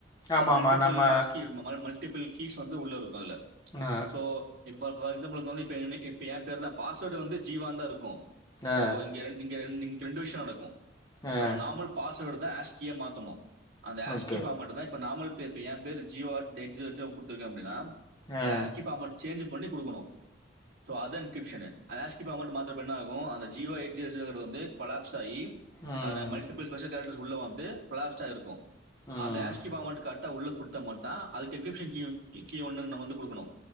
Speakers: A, on the right (about 65°); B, on the left (about 20°).
A: அத
B: ஆமாம்
A: மல்டிபிள்
B: ஆமாம் நம்ம
A: ஆஸ்கி இந்த மாதிரி டிபிள் கீஸ் வந்து உள்ள இருக்கும் அதுல
B: ஆ
A: சோ இப்பபார் எக்ஸாம்பிள்க்கு வந்து இப்ப எ பேருதான் பாஸ்வேர்டு வந்து ஜீவா தா இருக்கும் சோ
B: ஆ
A: இங்க இங்க இங்க ரெண்டு விஷயம் நடக்கும்
B: ஆ
A: நம்ம நாமல் பாஸ வோட தா ஆஸ்கீயா மாத்தணும் அந்த ஆஷஸ்கி
B: ஓகே
A: ஃபார் மட்டு தான் இப்ப நாமல் இப்ப என் பேர் ஜியோஆட் டெட்ஜியோட் க்கு கொத்துருக்க அப்டின்னா அது
B: ஆ
A: ஆஷ்கிஃபார்மட் சேஞ் பண்ணி குடுக்கணும் ஷோ அதா டிஸ்கிரிப்ஷனு அத ஆஸ்கீ பார்மட் மாத்தரப்ப என்ன ஆகும் அந்த ஜியோஎட்ஜியோஜியோங்கரது வந்து கொலப்ஸ் ஸாப் ஆகி
B: ம்
A: அதல மல்டிபல் ஸ்பெஷல் கேரக்டர்ஸ் உள்ள வந்து கொளாஸ்ட் ஆயி இருக்கும்
B: ம்
A: அது ஆஸ்கிபார்மட்க்கு அட்த் குடுத்தா உள்ள குடுத்தாமட்டான் அதுக் டிஸ்கிரிப்ஷன் கீ கீ கீ ஒன்னு நம்ம வந்து குடுக்கணு